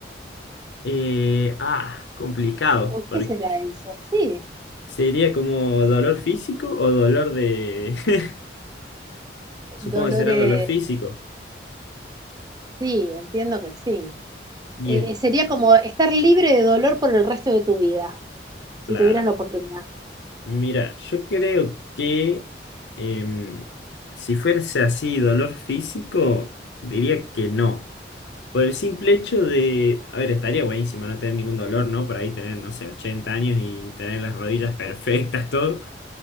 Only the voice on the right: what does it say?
¿O
qué será eso? Sí,
dolores,
sí, entiendo que sí.
Eh, eh, sería como estar libre de dolor por el resto de tu vida,
si tuvieras la oportunidad.